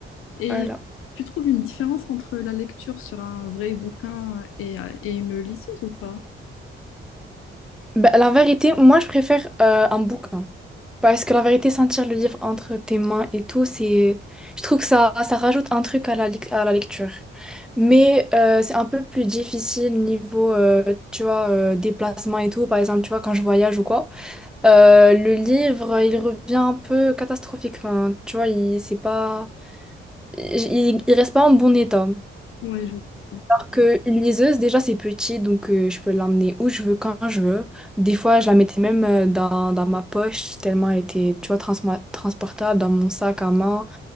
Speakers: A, on the left; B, in the centre.
A: Et
B: Voilà.
A: tu trouves une différence entre la lecture sur un vrai bouquin et, euh, et une liseuse ou pas?
B: Ben, la vérité, moi je préfère euh, un bouquin. Parce que la vérité, sentir le livre entre tes mains et tout, c'est... Je trouve que ça, ça rajoute un truc à la, lec- à la lecture. Mais euh, c'est un peu plus difficile niveau, euh, tu vois, euh, déplacement et tout. Par exemple, tu vois, quand je voyage ou quoi. Euh, le livre, il revient un peu catastrophique. Enfin, tu vois, il, c'est pas... Il, il il reste pas en bon état
A: Ouais, je comprends.
B: que une liseuse, déjà, c'est petit, donc euh, je peux l'emmener où je veux, quand je veux. Des fois, je la mettais même euh, dans, dans ma poche, tellement elle était, tu vois, transma- transportable, dans mon sac à main.